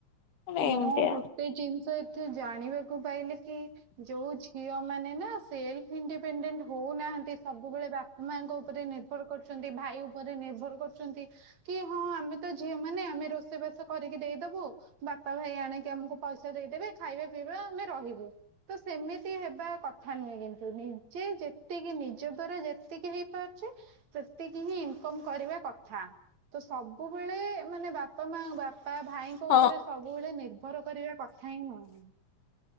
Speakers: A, on the left; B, on the right.
A: ମାନେ
B: ମୁଁ
A: ଏମିତିଆ।
B: ଗୁ ସେ ଜିନିଷ ଏଠେ ଜାଣିବାକୁ ପାଇଲେ କି, ଯୋଉ ଝିଅ ମାନେ ନା ସେଲ ଇଣ୍ଡିପେଣ୍ଡେଣ୍ଟ ହଉନାହାନ୍ତି, ସବୁବେଳେ ବାପା ମାଆଙ୍କ ଉପରେ ନିର୍ଭର କରୁଚନ୍ତି, ଭାଇ ଉପରେ ନିର୍ଭର କରୁଚନ୍ତି, କି ହଁ, ଆମେ ତ ଝିଅ ମାନେ, ଆମେ ରୋ ରୋଷେଇ ବାସ କରିକି ଦେଇଦବୁ ବାପା ଭାଇ ଆଣିକି ଆମକୁ ପଇସା ଦେଇଦେବେ, ଖାଇବା, ପିଇବା, ଆମେ ରହିବୁ। ତ, ସେମିତି ହେବା କଥା ନୁହେଁ କିନ୍ତୁ, ନିଜେ ଯେତିକି ନିଜ ଦ୍ଵାରା ଯେତିକି ହେଇପାରୁଚି ସେତିକି ହିଁ, ଇନକମ୍ କରିବା କଥା। ତ, ସବୁବେଳେ, ମାନେ ବାପା ମା, ବାପା, ଭାଇ ଉପରେ,
A: ହଁ
B: ସବୁବେଳେ ନିର୍ଭର କରିବା କଥା ହିଁ ନୁହେଁ।